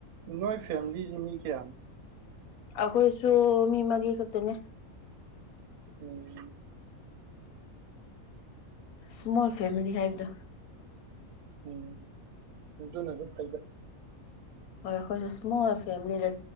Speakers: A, on the right; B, on the left.
A: ꯅꯣꯏ ꯐꯦꯃꯦꯂꯤ ꯃꯤ ꯀꯌꯥꯅꯣ
B: ꯑꯩꯈꯣꯏꯁꯨ ꯃꯤ ꯃꯔꯤ ꯈꯛꯇꯅꯦ
A: ꯎꯝ
B: ꯁꯃꯣꯜ ꯐꯦꯃꯤꯂꯤ ꯍꯥꯢꯕꯗꯣ
A: ꯎꯝ ꯑꯗꯨꯅꯁꯨ ꯐꯩꯗ
B: ꯍꯣꯏ ꯑꯩꯈꯣꯏꯁꯨ ꯏꯁꯃꯣꯜ ꯐꯦꯃꯤꯂꯤꯗ